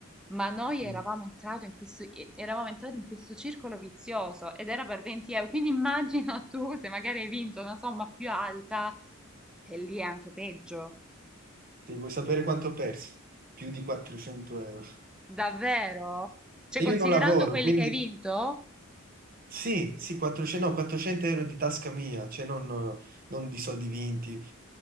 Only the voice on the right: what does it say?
Mm.
Se vuoi sapere quanto ho perso? Più di 400 euro.
E
io non lavoro,
quindi...
Sì, sì, 400, no, 400 euro di tasca mia, cioè non, non di soldi vinti.